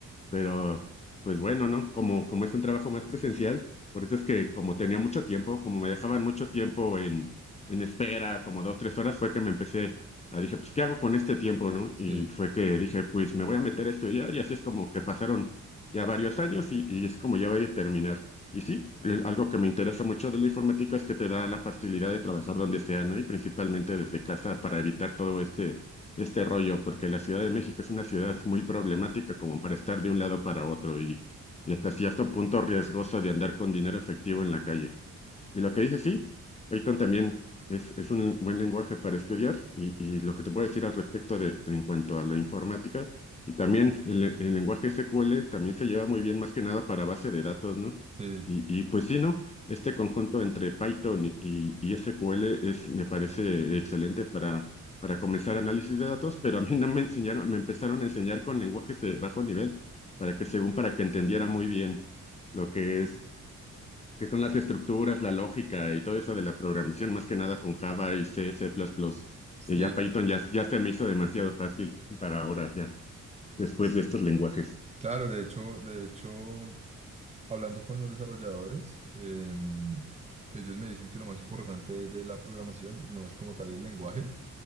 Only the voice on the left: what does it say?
Pero, pues bueno, ¿no? Como, como es un trabajo más presencial, por eso es que como tenía mucho tiempo, como me dejaban mucho tiempo en, en espera, como dos, tres horas, fue que me empecé a dije, pues, ¿qué hago con este tiempo, no?
Y fue que dije, pues me voy a meter a estudiar y así es como que pasaron ya varios años y, y es como ya voy a terminar. Y sí, eh, algo que me interesa mucho de la informática es que te da la facilidad de trabajar donde sea, ¿no? Y principalmente desde casa para evitar todo este este rollo, porque la Ciudad de México es una ciudad muy problemática como para estar de un lado para otro y, y hasta cierto punto riesgosa de andar con dinero efectivo en la calle. Y lo que dice, sí, Python también es, es un buen lenguaje para estudiar y, y lo que te puedo decir al respecto de, de- en cuanto a la informática y también el, el lenguaje SQL también se lleva muy bien más que nada para base de datos, ¿no?
Y, y, pues sí, ¿no? Este conjunto entre Python y, y- y SQL es, me parece excelente para, para comenzar análisis de datos, pero a mí no me enseñaron, me empezaron a enseñar con lenguajes de bajo nivel, para que según para que entendiera muy bien lo que es, que son las estructuras, la lógica y todo eso de la programación, más que nada con Java y C, C++.
Y ya Python ya, ya se me hizo demasiado fácil para ahora, ya, después
de estos lenguajes.